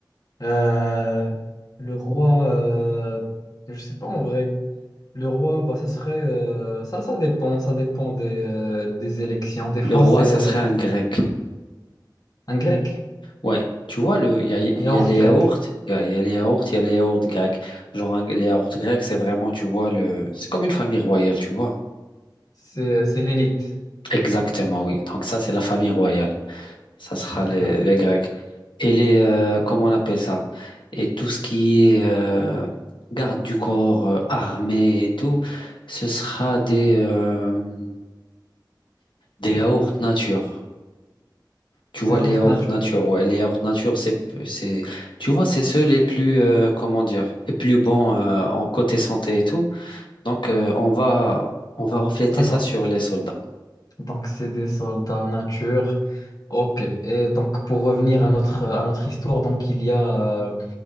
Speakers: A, on the left; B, on the left.
A: euh, le roi, euh, je sais pas en vrai. Le roi, bah, ça serait, euh, ça, ça dépend, ça dépend des, euh, des élections. Des
B: Le
A: fois,
B: roi,
A: c'est
B: ça
A: euh,
B: serait un grec.
A: un grec,
B: Ouais, tu vois, le, il y a, il
A: un yaourt
B: y a les
A: grec.
B: yaourts, il y a, il y a les yaourts, il y a les yaourts grecs. Genre, un- les yaourts grecs, c'est vraiment, tu vois, le, c'est comme une famille royale, tu vois.
A: C'est, euh, c'est l'élite.
B: Exactement, oui. Donc ça, c'est la famille royale. Ça sera
A: D'accord.
B: les, les Grecs. Et les, euh, comment on appelle ça? Et tout ce qui est euh, garde du corps, euh, armée et tout, ce sera des, euh, des yaourts nature. Tu vois,
A: Yaourt
B: les yaourts
A: nature.
B: nature, ouais, les yaourts nature, c'est, c'est, tu vois, c'est ceux les plus, euh, comment dire, les plus bons euh, en côté santé et tout. Donc, euh, on va, on va refléter
A: D'accord.
B: ça sur les soldats.
A: Donc, c'est des soldats nature. Ok. Et donc, pour revenir à notre, à notre histoire, donc, il y a, euh,